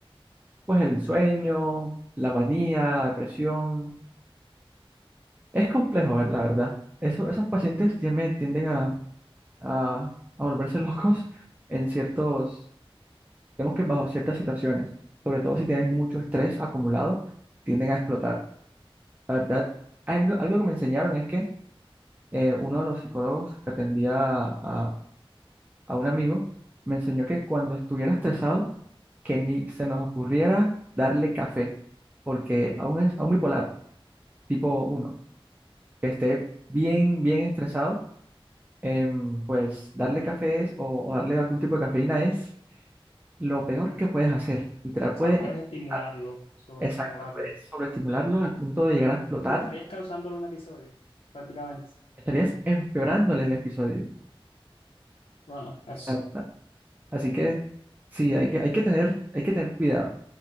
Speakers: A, on the right; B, on the left.
A: pues, el sueño, la manía, la depresión. Es complejo, eh, la verdad. Eso- esos pacientes tienden, tienden a, a, a volverse <laughs> locos en ciertos, digamos que bajo ciertas situaciones, sobre todo si tienen mucho estrés acumulado, tienden a explotar. La verdad, algo, algo que me enseñaron es que eh, uno de los psicólogos que atendía a, a- a un amigo me enseñó que cuando estuviera estresado, que ni se nos ocurriera darle café, porque a un, es- a un bipolar tipo uno que esté bien, bien estresado, em, pues darle café es- o, o darle algún tipo de cafeína es lo peor que puedes hacer. Literal, puede,
B: O sea, puedes
A: eh,
B: estimularlo,
A: a-
B: sobreestimularlo.
A: exacto, puedes sobreestimularlo al punto de llegar a explotar.
B: Pero estarías causándole un episodio, prácticamente.
A: Estarías empeorándole el episodio.
B: Bueno, eso.
A: Ah, ah, Así que sí, hay que, hay que tener, hay que tener cuidado.